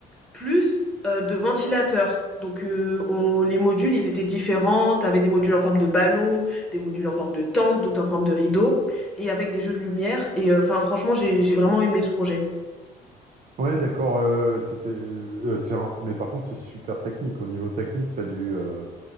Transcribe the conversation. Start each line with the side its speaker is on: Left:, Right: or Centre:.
Centre: plus, heu, de ventilateurs. Donc, heu, on les modules, ils étaient différents. T'avais des modules en forme de ballon, des modules en forme de tente, d'autres en forme de rideau et avec des jeux de lumière et euh, enfin franchement, j'ai j'ai vraiment aimé ce projet.
Right: ouais, d'accord. euh, c'était, euh, c'est un- mais par contre, c'est super technique. Au niveau technique, t'as dû, euh,